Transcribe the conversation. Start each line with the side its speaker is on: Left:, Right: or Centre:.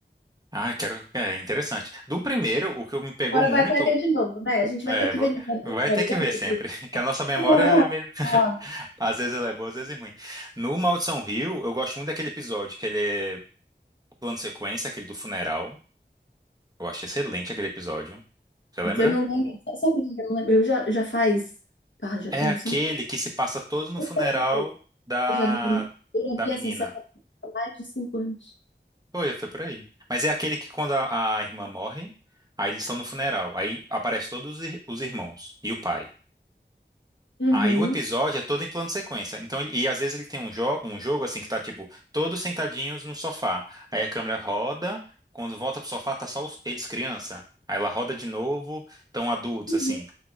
Right: Ah, quero. É interessante. Do primeiro, o que me pegou
Left: Agora
Right: muito
Left: vai até ver de novo, né? A gente
Right: É,
Left: vai ter que
Right: vo-
Left: ver de novo.
Right: vai ter que
Left: sabe?
Right: ver sempre. <laughs> Que a nossa memória
Left: Ah,
Right: é meio...
Left: ah.
Right: às vezes ela é boa, às vezes é ruim. No Maldição Rio, eu gosto muito daquele episódio que ele é plano sequência, aquele do funeral. Eu acho excelente aquele episódio. Você lembra?
Left: Eu não lembro. Sabe por que eu não lembro? Eu já, já faz. Pá, já
Right: É
Left: tem
Right: aquele
Left: uns cinco.
Right: que se passa todo no
Left: Eu
Right: funeral
Left: sei uma coisa,
Right: da
Left: eu já vi, eu já
Right: da
Left: vi
Right: menina.
Left: essa série há mais de cinco anos.
Right: Foi, foi por aí. Mas é aquele que quando a, a irmã morre, aí eles estão no funeral. Aí aparecem todos os ir- os irmãos e o pai.
Left: Uhum.
Right: Aí o episódio é todo em plano de sequência. Então, ele- e às vezes ele tem um, jo um jogo assim que tá tipo todos sentadinhos no sofá. Aí a câmera roda, quando volta pro sofá tá só os- eles criança. Aí ela roda de novo, tão adultos
Left: Uhum.
Right: assim.